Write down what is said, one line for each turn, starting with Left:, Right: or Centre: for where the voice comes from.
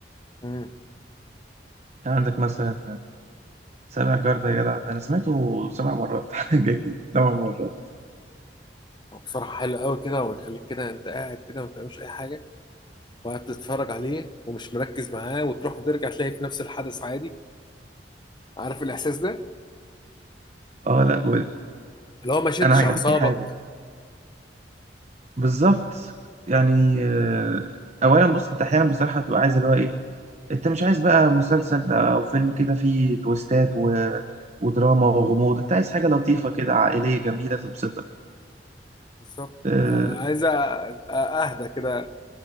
Left: امم
Right: عندك مثلا سابع جار ده يا جدع ده انا سمعته سبع مرات <laughs> حاجه كده ثمان مرات
Left: بصراحه حلو قوي كده ويخليك كده انت قاعد كده ما بتعملش اي حاجه وقاعد تتفرج عليه ومش مركز معاه وتروح وترجع تلاقي في نفس الحدث عادي عارف الاحساس ده
Right: اه لا
Left: اللي هو ما شدش
Right: انا عجبتني
Left: اعصابك
Right: حاجه بالظبط يعني آه، اولا بص انت احيانا بصراحه بتبقى عايز اللي هو ايه انت مش عايز بقى مسلسل او فيلم كده فيه تويستات و... ودراما وغموض انت عايز حاجه لطيفه كده عائليه جميله تبسطك
Left: بالظبط
Right: اه,
Left: آه، عايز أ- أ- اهدى كده